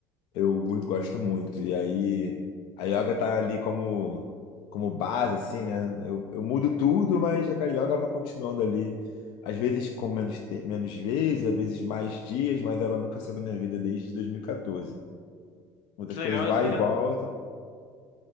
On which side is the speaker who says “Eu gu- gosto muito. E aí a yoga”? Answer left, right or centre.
Left